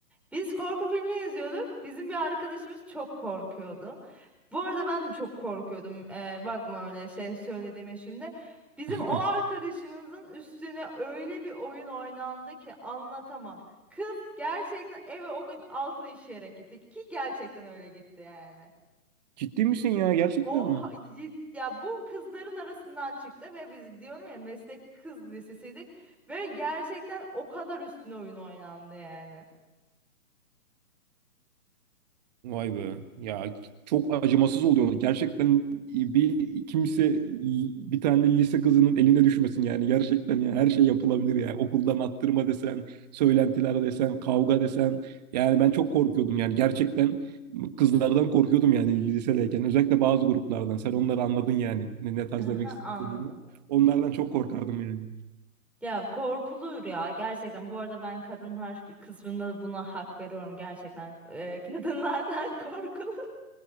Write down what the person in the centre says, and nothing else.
Biz korku filmi izliyorduk. Bizim bir arkadaşımız çok korkuyordu. Bu arada ben de çok korkuyordum. Eee, bakma öyle şey söylediğime şimdi. Bizim
o arkadaşımızın üstüne öyle bir oyun oynandı ki anlatamam. Kız gerçekten eve o gün altını işeyerek gitti ki gerçekten öyle gitti yani.
O
ha- cid- ya bu kızların arasından çıktı ve biz diyorum ya meslek kız lisesiydik ve gerçekten o kadar üstüne oyun oynandı yani.
Aha,
anladım.
Ya korkulur ya gerçekten. Bu arada ben kadınlar kısmında da buna hak veriyorum gerçekten. Ee, kadınlardan <laughs> korkulur.